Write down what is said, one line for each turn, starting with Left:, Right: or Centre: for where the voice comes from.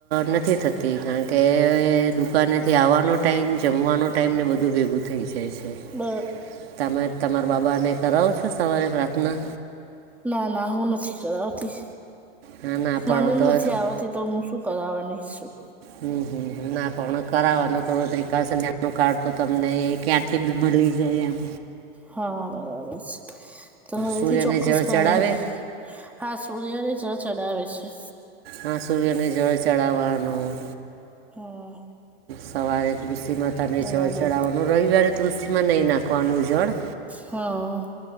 Right: નથી થતી કારણ કે દુકાનેથી આવવાનો ટાઈમ જમવાનો ટાઈમ ને બધું ભેગું થઈ જાય છે.
Centre: બ
Right: તમે તમારા બાબાને કરાવો છો સવારે પ્રાર્થના?
Centre: ના ના હું નથી કરાવતી,
Right: ના ના પણ
Centre: મને
Right: તો
Centre: નથી
Right: થો-
Centre: આવડતી તો હું શું કરાવાનીશું?
Right: હમ હમ ના પણ કરાવવાનું થોડું ત્રિકાળ સંધ્યા નાનું કાર્ડ તો તમને ક્યાં કથ મલી જાય એમ.
Centre: હા બરાબર છે, તો હવેથી
Right: સૂર્યને
Centre: ચોક્કસપણે
Right: જળ ચડાવે
Centre: હા સૂર્યને જળ ચડાવે છે.
Right: હા સૂર્યને જળ ચઢાવવાનું,
Centre: હા
Right: સવારે સીમાં તાને
Centre: બરાબર
Right: જળ ચડાવવાનું રવિવારે તુલસી માં નહી નાખવાનું જળ.
Centre: હા.